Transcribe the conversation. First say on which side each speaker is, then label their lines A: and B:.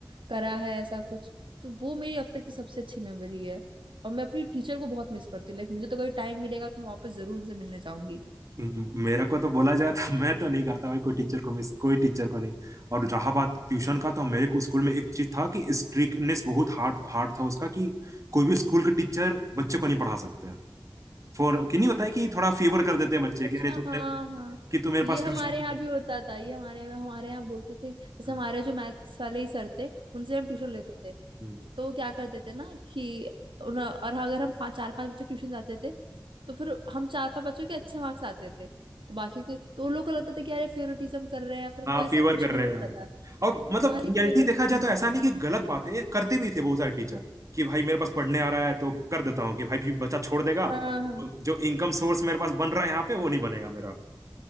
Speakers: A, on the right; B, on the right.
A: करा है ऐसा कुछ तो वो मेरी अब तक की सबसे अच्छी मेमोरी है और मैं अपनी टीचर को बहुत मिस करती हूँ लाइक मुझे तो कभी टाइम मिलेगा तो मैं वापस जरूर उनसे मिलने जाऊंगी
B: म- मेरे को तो बोला जाए तो <laughs> मैं तो नहीं करता भाई कोई टीचर को मिस कोई टीचर को नहीं और जहां बात ट्यूशन का तो मेरे को स्कूल में एक चीज था कि स्ट्रिक्टनेस बहुत हार्ड हार्ड था उसका कि कोई भी स्कूल के टीचर बच्चे को नहीं पढ़ा सकते हैं फॉर कि नहीं होता है कि थोड़ा फेवर कर देते हैं बच्चे
A: अच्छा
B: कि अरे तू तो
A: हाँ
B: मेरे-
A: हाँ
B: कि तू मेरे
A: ये
B: पास
A: हमारे
B: ट्यूशन
A: यहाँ भी होता था ये हमारे यहाँ हमारे यहाँ बोलते थे जैसे
B: हम्म
A: हमारे जो मैथ्स वाले ही सर थे उनसे हम ट्यूशन लेते थे
B: हम्म
A: तो वो क्या करते थे ना कि उन- और अगर हम पाँच चार पांच बच्चे ट्यूशन जाते थे तो फिर हम चार पांच बच्चों के अच्छे मार्क्स आते थे तो बाकियों के तो उन लोगों को लगता था कि अरे फेवरेटिज्म कर रहे हैं फिर वो
B: हाँ
A: ऐसा
B: फेवर
A: कुछ
B: कर
A: नहीं
B: रहे
A: होता
B: हैं हाँ।
A: था
B: और मतलब
A: हाँ लेकिन
B: रियलिटी
A: वैसा
B: देखा
A: कुछ
B: जाए
A: नहीं
B: तो
A: है
B: ऐसा नहीं कि गलत बातें करते भी थे बहुत सारे टीचर कि भाई मेरे पास पढ़ने आ रहा है तो कर देता हूँ कि भाई भी बच्चा छोड़ देगा
A: हाँ हाँ
B: तो जो इनकम सोर्स मेरे पास बन रहा है यहाँ पे वो नहीं बनेगा मेरा